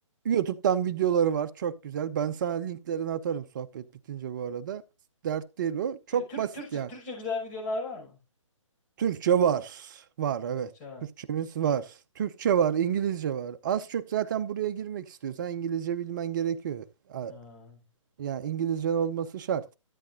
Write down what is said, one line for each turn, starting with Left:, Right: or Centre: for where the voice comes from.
Right: YouTube'dan videoları var. Çok güzel. Ben sana linklerini atarım sohbet bitince bu arada. Dert değil o. Çok
Left: Tü- Tür-
Right: basit
Left: Türkçe
Right: yani.
Left: Türkçe güzel videolar var mı?
Right: Türkçe var. Var evet.
Left: Türkçe var.
Right: Türkçemiz var. Türkçe var, İngilizce var. Az çok zaten buraya girmek istiyorsan İngilizce bilmen gerekiyor. A-
Left: Ha,
Right: Yani İngilizcen olması şart.